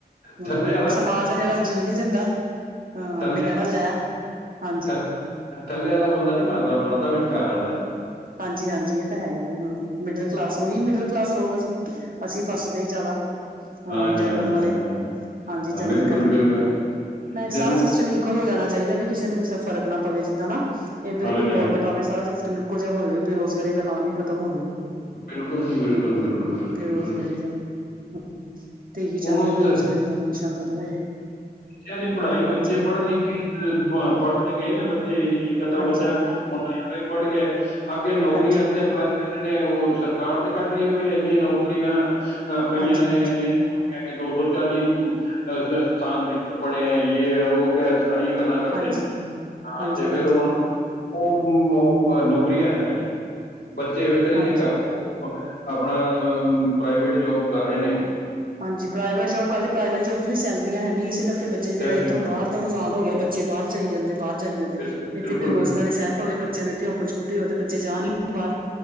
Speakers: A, on the right; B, on the left.
A: ਹਾਂ,
B: ਥੱਲੇ ਵਾਲਾ
A: ਇੱਕ
B: ਨਹੀਂ
A: ਸਮਾਜ ਹੈ ਜਿਹੜਾ, ਜੀਅ ਨਹੀਂੀ ਦਿੰਦਾ! ਹਾਂ,
B: ਥੱਲੇ
A: ਉਹਨੇ ਕਹਿਣਾ, ਲੈ, ਹਾਂਜੀ!
B: ਥੱਲੇ- ਥੱਲੇ ਵਾਲਾ, ਬੰਦਾ ਨੀ ਮਰਦਾ, ਮਰਦਾ ਵਿਚਕਾਰ ਵਾਲਾ
A: ਹਾਂਜੀ- ਹਾਂਜੀ ਇਹ ਤਾਂ ਹੈ ਹੀ ਆ, ਹਾਂ ਮਿਡਲ ਕਲਾਸ, ਉਹੀ ਮਿਡਲ ਕਲਾਸ ਲੋਕ ਅਸੀਂ। ਅਸੀਂ, ਫਸਦੇ ਜ਼ਿਆਦਾ
B: ਹਾਂ
A: ਅ,
B: ਜੀ
A: ਜਨਰਲ
B: ਹਾਂ ਜੀ
A: ਵਾਲੇ,
B: ਹਾਂ
A: ਹਾਂਜੀ
B: ਹਾਂ
A: ਜਨਰਲ
B: ਬਿਲਕੁਲ
A: ਕੈਟਾਗਰੀ
B: ਬਿਲਕੁਲ
A: ਦੇ। ਮੈਂ,
B: ਜਨਰਲ
A: ਸਾਰਾ ਸਿਸਟਮ ਹੀ <unintelligible> ਹੋ ਜਾਣਾ ਚਾਹੀਦਾ, ਵੀ ਕਿਸੇ ਨੂੰ ਕਿਸੇ ਫਰਕ ਨਾ ਪਵੇ, ਜਿੱਦਾਂ ਨਾ ਇਦਾਂ
B: ਹਾਂ
A: ਦੀ ਕੋਈ
B: ਜੀ
A: ਗੌਰਮੈਂਟ
B: ਹਾਂ
A: ਆਵੇ, ਸਾਰਾ ਸਿਸਟਮ <unintelligible> ਹੋ ਜਾਵੇ ਬੇਰੁਜ਼ਗਾਰੀ ਦਾ ਨਾਮ ਹੀ ਖਤਮ ਹੋ ਜਾਵੇ।
B: ਬਿਲਕੁਲ ਜੀ ਬਿਲਕੁਲ
A: ਹੂੰ,
B: ਬਿਲਕੁਲ ਬਿਲਕੁਲ।
A: ਬੇਰੁਜ਼ਗਾਰੀ ਦਾ। ਹੂੰ ਤੇ ਇਹੀ
B: ਹੁਣ
A: ਚਾਹੁੰਦੇ
B: ਉਸ
A: ਹਾਂ, ਬੇਰੁਜ਼ਗਾਰੀ
B: ਹੁਣ
A: ਦਾ ਨਾਮੋ-ਨਿਸ਼ਾਨ ਖਤਮ ਹੋ ਜਾਵੇ।
B: ਬੱਚਿਆਂ ਦੀ ਪੜ੍ਹਾਈ
A: ਹਾਂਜੀ,
B: ਬੱਚੇ
A: ਹਾਂਜੀ,
B: ਪੜ੍ਹ ਲਿਖ ਪੜ੍ਹ ਤੇ ਗਏ ਨੇ ਬੱਚੇ।
A: ਹਾਂਜੀ,
B: ਬੱਚਾ ਹੁ ਪੜ੍ਹ ਗਿਆ ਅੱਗੇ ਨੌਕਰੀ
A: ਹਾਂਜੀ,
B: ਅਪਲਾਈ। ਕੀ ਕਹ ਰਹੇ ਨੇ ਉਹ ਸਰਕਾਰ ਤੇ ਕੱਢ ਰਹੀ ਹੈ ਬਈ ਇੰਨੀਆਂ ਨੌਕਰੀਆਂ ਪਈਆਂ
A: ਹਾਂਜੀ,
B: ਨੇ
A: ਹਾਂਜੀ,
B: ਇੰਨੀਆਂ। ਮੈ ਕਿਹਾ ਦੋ ਸੌ ਚਾਲੀ ਸਥਾਨ ਰਿਕਤ ਪੜ੍ਹੇ ਹੈ ਯੇ ਹੈ ਉਹ ਸਾਰੀਆਂ ਗੱਲਾਂ। ਕਰਦੇ
A: ਹਾਂਜੀ,
B: ਨੇ ਹਾਂ
A: ਹਾਂਜੀ,
B: ਤੇ ਫੇਿਰ ਹੁਣ। ਉਹ ਹੁਣ ਨੌਕਰੀਆਂ ਹੈ ਨੀ ਬੱਚੇ ਵਿਹਲੇ
A: ਹਾਂਜੀ।
B: ਨੇ ਘਰ। ਆਪਣਾ ਪ੍ਰਾਈਵੇਟ ਜੋਬ ਕਰ ਰਹੇ ਨੇ।
A: ਹਾਂਜੀ ਪ੍ਰਾਈਵੇਟ ਜੋਬ ਕਰਦੇ ਪ੍ਰਾਈਵੇਟ ਜੋਬ ਚ ਵੀ ਸੈਲਰੀਆਂ ਹੈਨੀ ਇਸੇ ਕਰਕੇ ਬੱਚੇ ਫੇਰ
B: ਸੈਲਰੀਆਂ
A: ਇੱਥੋਂ ਬਾਹਰ। ਦਾ ਰੁਝਾਨ ਹੋ ਗਿਆ ਬੱਚੇ ਬਾਹਰ ਜਾਈ ਜਾਂਦੇ, ਬਾਹਰ ਜਾਈ ਜਾਂਦੇ
B: ਬਿਲਕੁਲ
A: ਇੱਥੇ ਬੇਰੁਜ਼ਗਾਰੀ
B: ਬਿਲਕੁਲ
A: ਸੈਟ। ਹੋਵੇ ਬੱਚਿਆਂ ਨੂੰ ਇੱਥੇ ਓਪਰਚੁਨਿਟੀ ਹੋਵੇ ਤੇ ਬੱਚੇ ਜਾਨ ਹੀ ਨਾ ਬਾਹਰ